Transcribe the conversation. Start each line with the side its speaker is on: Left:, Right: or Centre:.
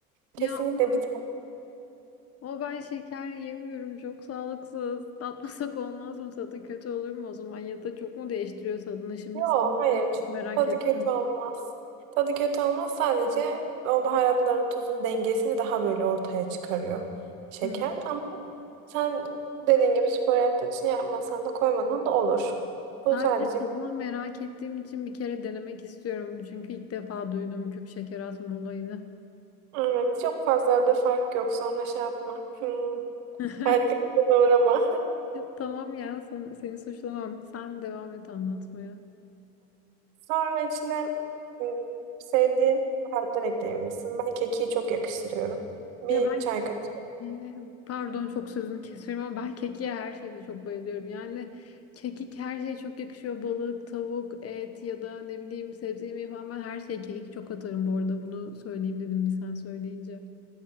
Left: Ya
Right: Kesinlikle
Left: ama
Right: bir tane.
Left: o ben şeker yemiyorum çok sağlıksız. Tatmasak olmaz mı tadı kötü olur mu o zaman ya da çok mu değiştiriyor tadını şimdi
Right: Yok,
Left: sen de-
Right: hayır.
Left: merak
Right: Tadı
Left: ettim.
Right: kötü olmaz. Tadı kötü olmaz. Sadece o baharatların tuzun dengesini daha böyle ortaya çıkarıyor şeker.
Left: Hı.
Right: Ama sen dediğin gibi spor yaptığın için yapmasan da koymasan da olur. Bu
Left: Sadece
Right: sadece
Left: tadını merak ettiğim için bir kere denemek istiyorum. Çünkü ilk defa duyduğum küp şeker atma olayını.
Right: evet çok fazla da fark yok. Sonra şey yapma. Hmm,
Left: <laughs>
Right: harika bir şeye uğrama.
Left: Tamam ya sen- seni suçlamam. Sen devam et anlatmaya.
Right: Sonra içine mm, sevdiğin baharatlar ekleyebilirsin. Ben kekiği çok yakıştırıyorum. Bir
Left: Ya ben
Right: çay kaşığı.
Left: e, pardon çok sözünü kesiyorum ama ben kekiğe her şeyde çok bayılıyorum. Yani kekik her şeye çok yakışıyor. Balık, tavuk, et ya da ne bileyim sebze yemeği falan ben her şeye kekik çok atarım bu arada. Bunu söyleyeyim dedim bir sen söyleyince.